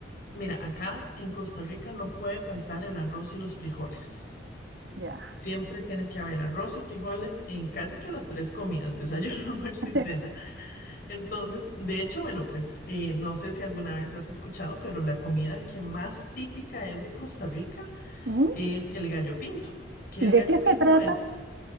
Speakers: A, on the left (about 50°); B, on the right (about 65°).
A: Mira, acá en Costa Rica no puede faltar el arroz y los frijoles.
B: Ya.
A: Siempre tiene que haber arroz y frijoles en casi que las tres comidas, desayuno, <laughs> almuerzo
B: <laughs>
A: y cena. Entonces, de hecho, bueno, pues eh, no sé si alguna vez has escuchado, pero la comida que más típica es de Costa Rica
B: ¿Mm?
A: es el gallo pinto, que
B: ¿Y
A: el gallo
B: de qué se
A: pinto
B: trata?
A: es